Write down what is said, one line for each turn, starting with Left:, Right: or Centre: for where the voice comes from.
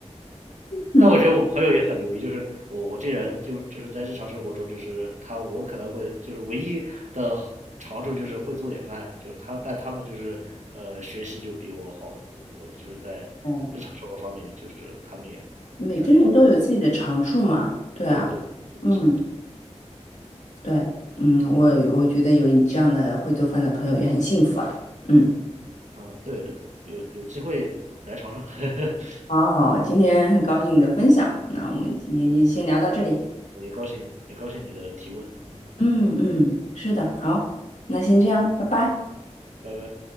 Left: 嗯，
Right: 但我觉得我朋友也很牛逼，就是我我这人就就是在日常生活中，就是他我可能会就是唯一的长处就是会做点饭，就是他但他们就是呃学习就比我好很多，我就是在日常生活方面就是他们也
Left: 哦，每个人都有自己的长处嘛，
Right: 他就
Left: 对啊，
Right: 对对，是的，
Left: 嗯，
Right: 是的，
Left: 对，嗯，我我觉得有你这样的会做饭的朋友也很幸福啊。嗯，
Right: 啊，对对对，有有机会来尝尝，<laughs>
Left: 好好，今天很高兴你的分享，那我们今天就先聊到这里。
Right: 也高兴也高兴你的提问，嗯
Left: 嗯嗯，是的，好，那先这样，
Right: 嗯，
Left: 拜拜。
Right: 拜拜。